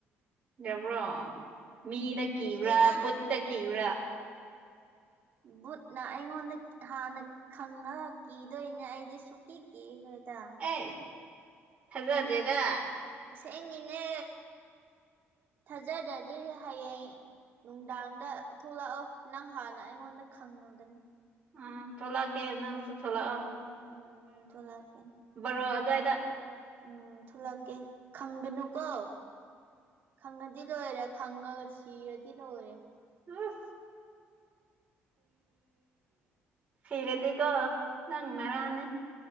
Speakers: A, on the right; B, on the right.
A: ꯌꯥꯕ꯭ꯔꯣ ꯃꯤꯅ ꯀꯤꯕ꯭ꯔꯥ
B: ꯀꯤꯗꯦꯗ
A: ꯕꯨꯠꯇ ꯀꯤꯕ꯭ꯔꯥ
B: ꯕꯨꯠꯅ ꯑꯩꯉꯣꯟꯗ ꯍꯥꯟꯅ ꯈꯪꯉ ꯀꯤꯗꯣꯏꯅꯦ ꯑꯩꯗꯤ ꯁꯨꯛꯀꯤ ꯀꯤꯔꯦꯗ
A: ꯁ ꯊꯖꯗ꯭ꯔꯦꯗ
B: ꯑꯁꯦꯡꯒꯤꯅꯦ ꯊꯥꯖꯗꯗꯤ ꯍꯌꯦꯡ ꯅꯨꯡꯗꯥꯡꯗ ꯊꯣꯛꯂꯛꯑꯣ ꯅꯪ ꯍꯥꯟꯅ ꯑꯩꯉꯣꯟꯗ ꯈꯪꯉꯒꯅꯤ
A: ꯑ ꯊꯣꯛꯂꯛꯀꯦ ꯅꯪꯁꯨ ꯊꯣꯛꯂꯛꯑꯣ
B: ꯎꯝ ꯊꯣꯛꯂꯛꯀꯦ
A: ꯔꯣ ꯑꯗꯨꯗꯋꯥꯏꯗ
B: ꯎꯝ ꯊꯂꯛꯀꯦ ꯈꯪꯒ ꯅꯨꯀꯣ ꯈꯪꯉꯗꯤ ꯂꯣꯏꯔꯦ ꯈꯪꯉꯒ ꯁꯤꯔꯗꯤ ꯂꯣꯏꯔꯦ
A: ꯎꯝ ꯁꯤꯔꯥꯗꯤꯀꯣ ꯅꯪ ꯃꯥꯔꯥꯟꯅꯤ